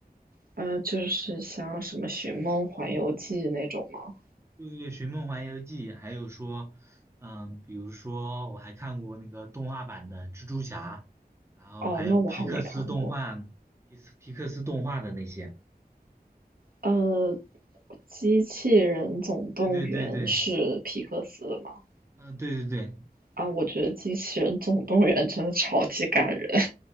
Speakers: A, on the right; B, on the right.
A: 呃，就是像什么《寻梦环游记》那种吗？
B: 对对对，《寻梦环游记》，还有说，嗯，比如说我还看过那个动画版的蜘蛛侠，然后还有皮克斯动画、
A: 哦，那我还没看过。
B: 皮斯皮克斯动画的那些。
A: 呃，《机器人总动员》是皮克斯的吗？
B: 对对对对，嗯，对对对，
A: 啊，我觉得《机器人总动员》真的超级感人。<laughs>